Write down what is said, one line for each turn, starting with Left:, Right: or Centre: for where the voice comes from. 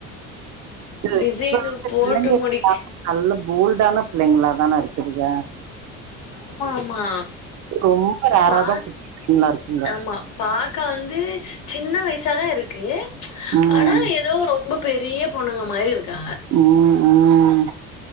Right: இல்ல
Left: டிசைனு
Right: இப்ப இருக்க
Left: போட்டு
Right: பிள்ளைங்க
Left: முடிக்
Right: நல்ல போல்டான ப்ள்ளைங்களா தான இருக்குதுங்க
Left: ஆமா ஆமா
Right: ரொம்ப ரேராதா
Left: பா
Right: குட்டி பிள்ளைங்களா இருக்குங்க
Left: ஆமா பாக்க வந்து சின்ன வயசாதா இருக்கு
Right: ம்
Left: ஆனா ஏதோ ரொம்ப பெரிய பொண்ணுங்க மாரி இருக்காங்க
Right: ம் ம்